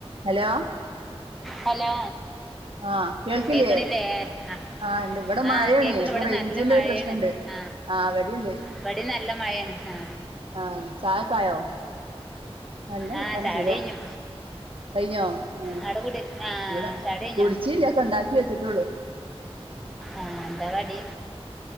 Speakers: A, on the right; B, in the centre.
A: Hello
B: hello
A: ആ കേൾക്കില്ലേ
B: കേക്കണില്ലേ ആ
A: ആഹ് ഇണ്ട് ഇവിടെ
B: ആ
A: മഴയാണ്
B: കേക്കുന്നൊണ്ട്
A: അപ്പൊ
B: ഇവിടെ
A: റേഞ്ചിന്റെ
B: നല്ല മഴയാണ്
A: പ്രശ്നണ്ട്
B: ആ
A: ആഹ് ഇവിടിണ്ട്
B: ഇവിടെ നല്ല മഴയാണ് ഹ
A: ആ ചായക്കെയോ നല്ല വർത്താനം
B: ആ ചാടി
A: സുഖം
B: കഴിഞ്ഞു
A: കഴിഞ്ഞോ ആ
B: അവിടെ കൂടി ആ
A: ഇവിടെ
B: ചാടി കഴിഞ്ഞോ
A: കുടിച്ചില്ല ഒക്കെ ഉണ്ടാക്കി വെച്ചിട്ടേയുള്ളു
B: ആ എന്താകടി